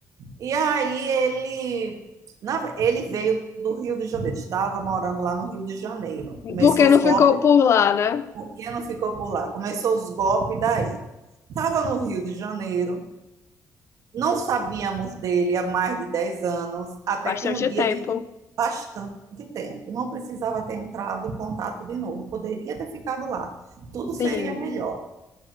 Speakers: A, on the right (about 60°); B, on the left (about 45°).
A: E aí ele, na- ele veio do Rio de Janeiro, estava morando lá no Rio de Janeiro. Começou
B: Porque
A: os
B: não
A: golpes
B: ficou por lá, né?
A: Por que não ficou por lá? Começou os golpes daí. Estava no Rio de Janeiro, não sabíamos dele há mais de 10 anos, até
B: Bastante
A: que um dia
B: tempo.
A: ele, bastante tempo, não precisava ter entrado em contato de novo, poderia ter ficado lá, tudo seria
B: Sim,
A: melhor.